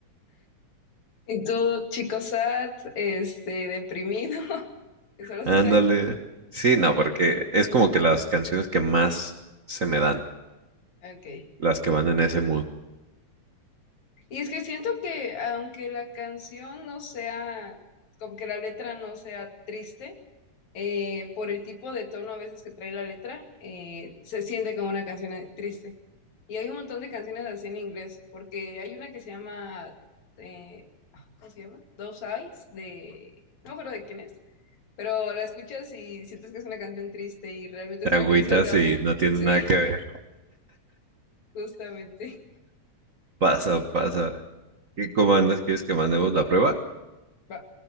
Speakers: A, on the left; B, on the right.
A: ¿Y tú, chico sad, este, deprimido? <laughs> Que solo
B: Ándale.
A: se sabe.
B: Sí, no, porque es como que las canciones que más se me dan,
A: Ok.
B: las que van en ese mood.
A: Y es que siento que aunque la canción no sea, como que la letra no sea triste, eh, por el tipo de tono a veces que trae la letra, eh, se siente como una canción eh, triste. Y hay un montón de canciones así en inglés, porque hay una que se llama, eh, ah, ¿cómo se llama? Dos Eyes, de, no me acuerdo de quién es, pero la escuchas y sientes que es una canción triste y realmente
B: Te
A: es una
B: agüitas
A: canción de amor.
B: y no
A: <laughs>
B: tienen
A: Sí,
B: nada que ver.
A: justamente.
B: Pasa, pasa. ¿Y cómo andas? ¿Quieres que mandemos la prueba?
A: va